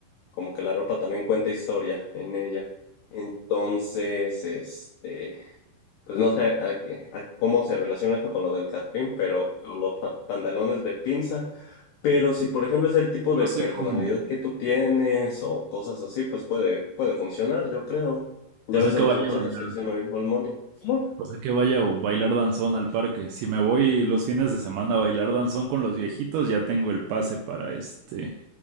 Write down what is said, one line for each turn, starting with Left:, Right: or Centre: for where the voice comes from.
Left: Como que la ropa también cuenta historia en ella. Entonces, este... Pues no sé a qué- a cómo se relaciona esto con lo del catrín, pero o los pa- pantalones de pinza. Pero si, por ejemplo, es el tipo
Right: Yo
Left: de
Right: sé
Left: personalidad
Right: cómo.
Left: que tú tienes o cosas así, pues puede, puede funcionar, yo creo. Ya
Right: O
Left: ves
Right: sea que
Left: a los
Right: vaya
Left: muchachos
Right: a bailar.
Left: que dicen oír All Money. ¿Cómo?
Right: O sea que vaya a bailar danzón al parque. Si me voy los fines de semana a bailar danzón con los viejitos, ya tengo el pase para este,